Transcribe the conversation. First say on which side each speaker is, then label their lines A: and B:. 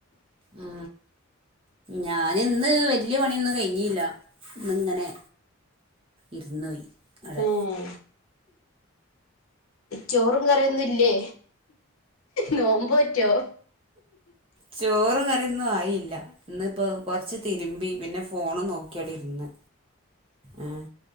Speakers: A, on the right; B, on the left.
A: ഉം ഞാനിന്ന് വെല്ല്യ പണിയൊന്നും കഴിഞ്ഞില്ല ഇന്നിങ്ങനെ ഇരുന്നുപോയി അവിടെ
B: ഉം ചോറും കറിയൊന്നുംല്ലേ? നോമ്പോറ്റോ?
A: ചോറും കറീന്നും ആയില്ല. ഇന്നിപ്പൊ കൊറച്ച് തിരുമ്പി പിന്നെ ഫോണും നോക്കിയടെ ഇരുന്ന്. ആഹ്